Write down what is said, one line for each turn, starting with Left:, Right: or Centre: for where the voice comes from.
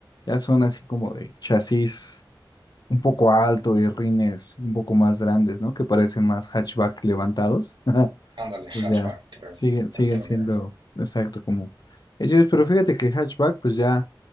Left: ya son así como de chasis un poco alto y rines un poco más grandes, ¿no? Que parecen más hatchback levantados. <laughs>
Right: Ándale, hatchback,
Left: Pues ya,
Right: creo es
Left: siguen, siguen
Right: el término.
Left: siendo, exacto, como ellos Pero fíjate que hatchback, pues ya.